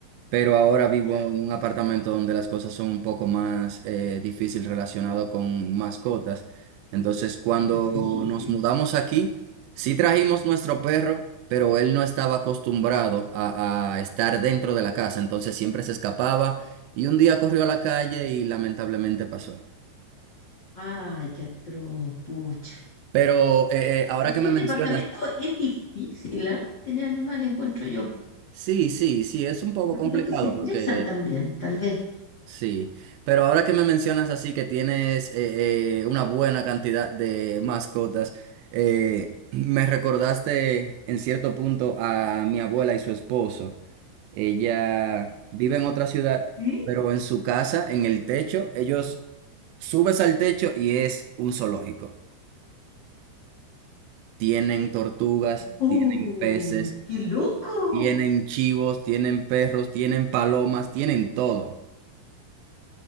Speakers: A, on the right; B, on the left.
A: pero ahora vivo
B: Ya.
A: en un apartamento donde las cosas son un poco más eh, difícil relacionado con mascotas. Entonces, cuando
B: Difícil.
A: nos mudamos aquí, sí trajimos nuestro perro, pero él no estaba acostumbrado a, a estar dentro de la casa, entonces siempre se escapaba y un día corrió a la calle y lamentablemente pasó.
B: Ay, qué atroz, pucha.
A: Pero eh, eh, ahora
B: Es
A: que
B: que
A: me
B: en
A: mencionas,
B: departamento es difícil, ¿ah? Tener animales, encuentro yo.
A: sí, sí, sí, es un poco
B: Yo
A: complicado
B: creo que se estresan
A: porque
B: también, tal vez.
A: Sí, pero ahora que me mencionas así que tienes eh, eh, una buena cantidad de mascotas, eh, me recordaste en cierto punto a mi abuela y su esposo. Ella vive en otra ciudad,
B: ¿Sí?
A: pero en su casa, en el techo, ellos subes al techo y es un zoológico. Tienen tortugas,
B: ¡Uy,
A: tienen peces,
B: qué loco!
A: tienen chivos, tienen perros, tienen palomas, tienen todo,